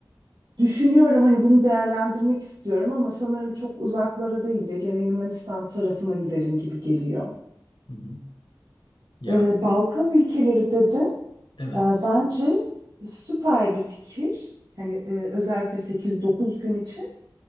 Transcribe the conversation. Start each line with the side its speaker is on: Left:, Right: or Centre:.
Right: düşünüyorum hani bunu değerlendirmek istiyorum ama sanırım çok uzaklara değil de gene Yunanistan tarafına giderim gibi geliyor.
Left: Hı hı. Ya
Right: E, Balkan ülkeleri dedi.
Left: evet.
Right: E, bence süper bir fikir. Hani e, özellikle sekiz dokuz gün için.